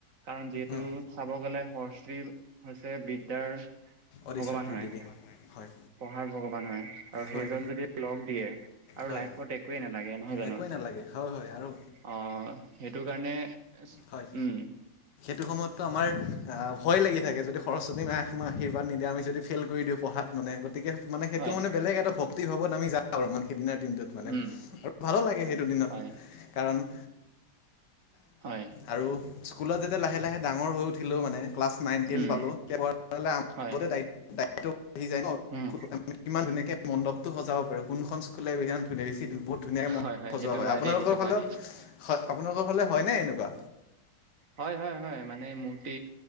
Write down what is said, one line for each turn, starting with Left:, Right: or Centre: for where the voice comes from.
Right: কাৰণ যিহেতু
Left: উম।
Right: সব গলে সৰ <unintelligible> হৈছে বিদ্যাৰ
Left: অৰিচাত্ৰী
Right: ভগৱান হয়।
Left: দেৱী হয়।
Right: পঢ়াৰ ভগৱান হয়, আৰু
Left: হয়
Right: সেইজন যদি লগ দিয়ে, আৰু
Left: হয়
Right: লাইফত একোৱেই নালাগে নহয় জানো।
Left: একোৱেই নালাগে হয়। হয়। আৰু
Right: অ', সেইটো কাৰণে
Left: হয়
Right: উম।
Left: সেইটো সময়তটো আমাৰ অহ, ভয় লাগি থাকে। যদি সৰস্বতী না সীমা আশীৰ্বাদ নিদিয়ে, আমি যদি ফেইল কৰি দিওঁ পঢ়াত মানে। গতিকে মানে সেইটো
Right: হয়
Left: মানে বেলেগ এটা ভক্ত ভক্তিভাৱত আমি যাওঁ, মানে আৰু সেইদিনাৰ দিনটোত মানে
Right: উম
Left: আৰু ভালো লাগে সেইটো দিনত
Right: হয়
Left: কাৰণ
Right: হয়
Left: আৰু স্কুলত যেতিয়া লাহে লাহে ডাঙৰ হৈ উঠিলো মানে ক্লাছ নাইন টেন
Right: উম
Left: পালো। পোৱা গে <unintelligible>
Right: হয়
Left: গে <unintelligible> দায়ী আহি যায় ন',
Right: উম
Left: <unintelligible> কিমান ধুনীয়াকে মণ্ডপটো সজাব পাৰো। কোনখন স্কুলে কিমান ধুনীয়া বেছি বহুত ধুনীয় মন
Right: হয়
Left: সজোৱা
Right: সেইটো
Left: হয়। আপোনালোকৰ
Right: দেই সেইটো
Left: ফালে
Right: হয়
Left: হয়, আপোনালোকৰ ফালে হয় নে এনেকুৱা?
Right: হয়। হয়। হয়। মানে মূৰ্তি